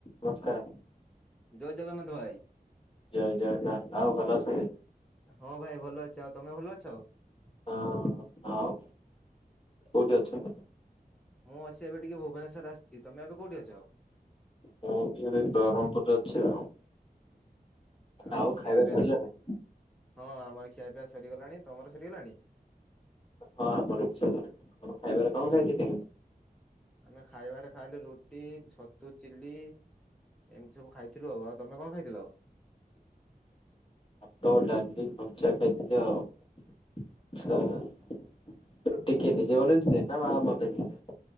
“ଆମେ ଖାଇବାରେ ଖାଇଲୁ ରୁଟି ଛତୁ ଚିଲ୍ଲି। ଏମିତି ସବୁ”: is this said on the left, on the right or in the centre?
Centre